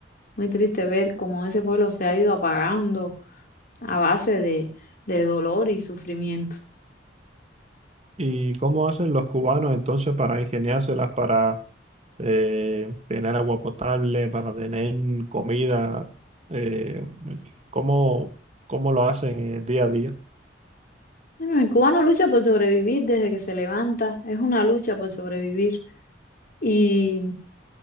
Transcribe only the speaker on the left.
muy triste ver cómo ese pueblo se ha ido apagando a base de, de dolor y sufrimiento.
Bueno, el cubano lucha por sobrevivir desde que se levanta, es una lucha por sobrevivir. Y